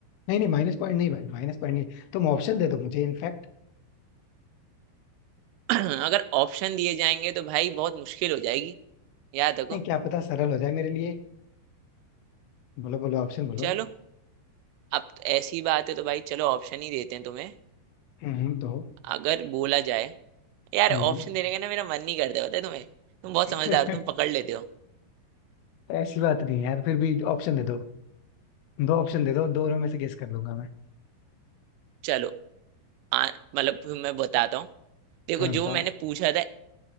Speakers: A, on the left; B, on the right.
A: नहीं नहीं माइनस पॉइंट नहीं भाई माइनस पॉइंट नहीं तुम ऑप्शन दे दो मुझे इनफैक्ट
B: <clears throat> <coughs> अगर ऑप्शन दिए जाएंगे तो भाई बहुत मुश्किल हो जाएगी याद रखो
A: नहीं क्या पता सरल हो जाए मेरे लिए बोलो बोलो ऑप्शन बोलो
B: चलो अब ऐसी बात है तो भाई चलो ऑप्शन ही देते हैं तुम्हें
A: हम्म हम्म, दो
B: अगर बोला जाए यार
A: हम्म
B: ऑप्शन देने का ना मेरा मन नहीं करता पता है तुम्हें तुम बहुत
A: <laughs>
B: समझदार हो तुम पकड़ लेते हो
A: ऐसी बात नहीं यार फिर भी ऑप्शन दे दो दो ऑप्शन दे दो दोनों में से गेस कर लूंगा मैं
B: चलो आ- मतलब फिर मैं बताता हूँ देखो
A: हाँ बताओ
B: जो मैंने पूछा था